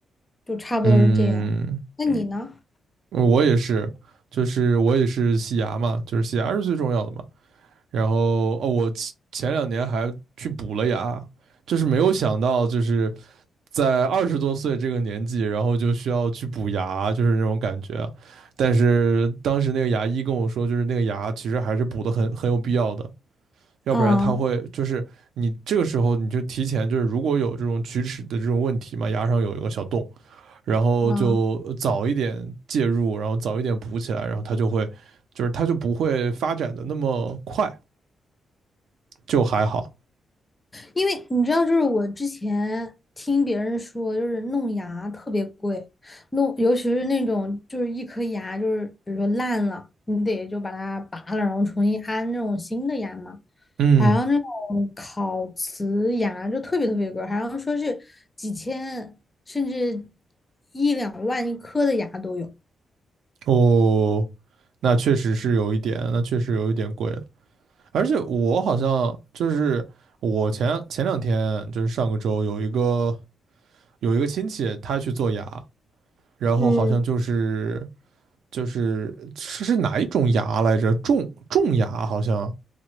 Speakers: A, on the left (about 15°); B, on the right (about 75°).
A: 就差不多是这样。
B: 嗯，
A: 那你嗯呢？
B: 我也是，就是我也是洗牙嘛，就是洗牙是最重要的嘛。然后哦，我前前两年还去补了牙，就是没有想到，就是在二十多岁这个年纪，然后就需要去补牙，就是那种感觉啊但是当时那个牙医跟我说，就是那个牙其实还是补的很很有必要的，要不然它会就是你这个时候你就提前就是如果有这种龋齿的这种问题嘛，
A: 啊
B: 牙上有一个小洞。然后就早一点介入，
A: 啊，
B: 然后早一点补起来，然后它就会，就是它就不会发展的那么快，就还好。
A: 因为你知道，就是我之前听别人说，就是弄牙特别贵，弄尤其是那种就是一颗牙就是比如说烂了，你得就把它拔了，然后重新安那种新的牙嘛。
B: 嗯，
A: 好像那种烤瓷牙就特别特别贵，好像说是几千甚至一两万一颗的牙都有。
B: 哦，那确实是有一点，那确实有一点贵了而且我好像就是我前前两天就是上个周有一个有一个亲戚他去做牙，然后好像就是
A: 嗯，
B: 就是是是哪一种牙来着？种种牙好像，